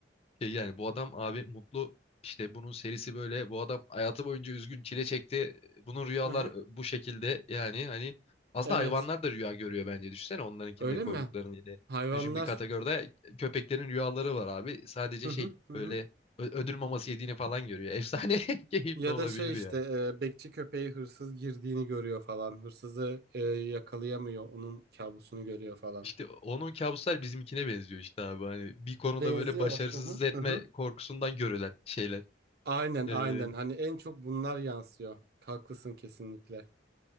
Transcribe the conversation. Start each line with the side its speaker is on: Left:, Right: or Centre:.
Left: Şey yani bu adam abi mutlu işte bunun serisi böyle bu adam hayatı boyunca üzgün çile çekti. Bunun rüyalar
Right: Hı hı.
Left: e, bu şekilde yani hani aslında
Right: Evet.
Left: hayvanlar da rüya görüyor bence düşünsene onlarınkini
Right: Öyle
Left: de koyduklarını
Right: mi?
Left: yine.
Right: Hayvanlar
Left: Düşün bir kategoride köpeklerin rüyaları var abi sadece
Right: Hı
Left: şey
Right: hı hı.
Left: böyle
Right: hı.
Left: ö- ödül maması yediğini falan görüyor. Efsane <laughs> keyifli
Right: ya
Left: olabilir
Right: da şey işte
Left: ya.
Right: e, bekçi köpeği hırsız girdiğini görüyor falan. Hırsızı e, yakalayamıyor. Onun kabusunu görüyor falan.
Left: İşte onun kabuslar bizimkine benziyor işte abi hani bir konuda
Right: Benziyor.
Left: böyle başarısız
Right: Hı hı.
Left: etme
Right: Hı hı.
Left: korkusundan görülen şeyler.
Right: Aynen
Left: Ee,
Right: aynen. Hani en çok bunlar yansıyor. Haklısın kesinlikle.